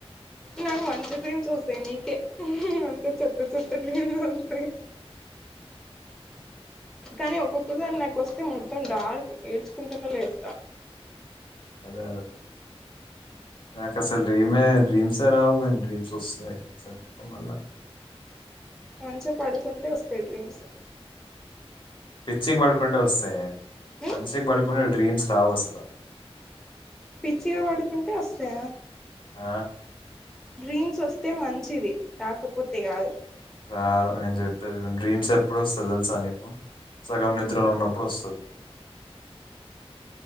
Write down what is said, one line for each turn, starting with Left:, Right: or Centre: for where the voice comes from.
Centre: నా మంచి డ్రీమ్స్ ఒస్తయ్ నీకే అంత చెత్త చెత్త డ్రీమ్ ఒత్తయ్ కానీ ఒక్కొక్కసారి నాకు ఒస్తే మొ త్తం డార్క్ ఏడ్చుకుంటనె లేస్తా
Left: అదే అదె నాకసలు డ్రీమే డ్రీమ్సే రావు గానీ డ్రీమ్స్ ఒస్సున్నయ్ సా మళ్ళ
Centre: మంచ పడుకుంటే ఒస్తయ్ డ్రీమ్స్
Left: పిచ్చిగ పడుకుంటే ఒస్తయే
Centre: ఉమ్
Left: మంచిగ్ పడుకుంటే డ్రీమ్స్ రావు అసల
Centre: పిచ్చిగ వడుకుంటే ఒస్తయా
Left: ఆ
Centre: డ్రీమ్స్ వస్తే మంచిది రాకపోతే కాదు
Left: రాదు నేను చెప్పేది విను డ్రీమ్స్ ఎప్పుడ వస్తది తెలుసా నీకు
Centre: చెప్పు
Left: సగం నిద్రలో ఉన్నప్పుడు వస్తది